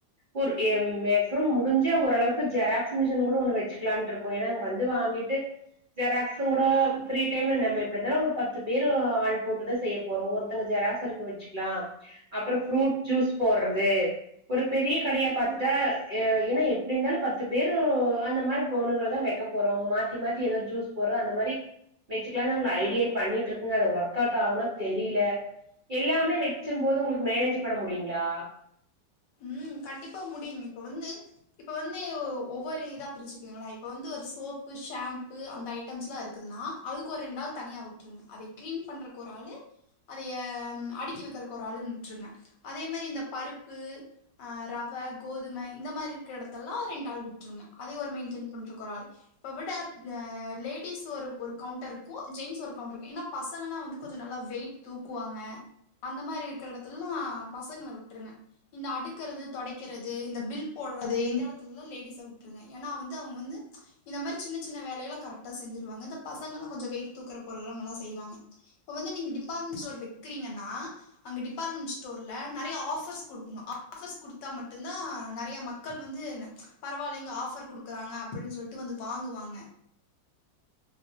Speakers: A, on the right (about 65°); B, on the left (about 70°).
A: ஒரு ஏ மேக்சிமம் முடிஞ்சா ஓரளவுக்கு ஜெராக்ஸ்சு மிஷின் கூட ஒன்னு வச்சுக்லான்ட்ருக் கு ஏனா அங்க வந்து வாங்கிட்டு ஜெராக்ஸ்சுங் கூட ஃப்ரீ டைம்ல நம்ம இப்டி தாபத்து பேரு ஆள் போட்டுதா செய்ய போறோம் ஒருத்தங்க ஜெராக்ஸ் எடுக்க வச்சுக்லா அப்றோ ஃப்ரூட் ஜூஸ் போட்றது ஒரு பெரிய கடையா பாத்துட்டா ஏனா எப்டி இருந்தாலு பத்து பேரு அந்த மாரி போனுங்கறதா வேக்க போறோம் மாத்தி மாத்தி ஏதா ஜூஸ் போட்றது அந்த மாரி வச்சுக்கலான் நாங்க ஐடியா பண்ணிட்ருக்குங்க அது ஒர்க் அவுட் ஆவுனா தெரில எல்லாமே வச்சும்போது உங்களுக்கு மேனேஜ் பண்ண முடியுங்ளா
B: ம் கண்டிப்பா முடியுங்க இப்ப வந்து இப்ப வந்து ஒவ்வொரு இதா பிரிச்சுக்குங்ள இப்ப வந்து ஒரு சோப்பு ஷாம்பு அந்த ஐட்டம்ஸ்லா இருக்குதுன்னா அதுக்கு ஒரு ரெண் நாள் தனியா வுட்ருங்க அதை கிளீன் பண்றக் ஒரு ஆளு அதய அடுக்கி வக்கறக்கு ஒரு ஆளுன் விட்டுருங்க அதே மாரி இந்த பருப்பு ஆ ரவ கோதும இந்த மாரி இருக்க எடத்தெல்லா ஓர் ரெண்டு ஆள் விட்டுருங்க அதே ஒரு மெயின்டெயன் பண்றக்கு ஒரு ஆள் இப்ப விட லேடிஸ் ஒரு ஒரு கவுண்டர்க்கு ஜென்ஸ் ஒரு கவுண்டர்ரக்கு ஏனா பசங்கல்லா வந்து கொஞ்ச நல்லா வெயிட் தூக்குவாங்க அந்த மாரி இருக்ற எடத்துல்லலா பசங்கள விட்ருங்க இந்த அடுக்கறது தொடைக்கறது இந்த பில் போட்றது இந்த எடத்துலலா லேடிஸ விட்ருங்க ஏனா வந்து அவுங்க வந்து இந்த மாரி சின்ன சின்ன வேலையல்லா கரெக்டா செஞ்சிருவாங்க இந்த பசங்கல்லா கொஞ்ச வெயிட் தூக்குற பொருள்லா நல்லா செய்வாங்க இப்ப வந்து நீங் டிபார்ட்மெண்ட் ஸ்டோர் வக்கிறீங்கன்னா அங்க டிபார்ட்மெண்ட் ஸ்டோர்ல நறைய ஆஃபர்ஸ் குடுக்குணு ஆஃபர்ஸ் குடுத்தா மட்டுதா நறையா மக்கள் வந்து பரவால்ல இங்க ஆஃபர் குடுக் க்றாங்க அப்டின் சொல்ட்டு வந்து வாங்குவாங்க